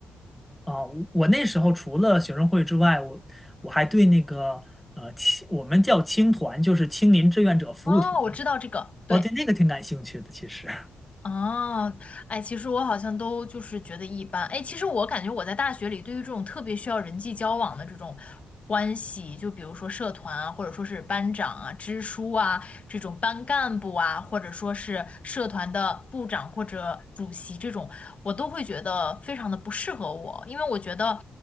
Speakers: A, in the centre; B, on the left.
A: 啊，我我那时候除了学生会之外，我我还对那个呃青我们叫青团，就是青年志愿者服务团，
B: 哦，我知道这个，对。
A: 我对那个挺感兴趣的，其实。
B: 哦，哎，其实我好像都就是觉得一般。哎，其实我感觉我在大学里，对于这种特别需要人际交往的这种关系，就比如说社团啊，或者说是班长啊、支书啊，这种班干部啊，或者说是社团的部长或者主席这种，我都会觉得非常的不适合我，因为我觉得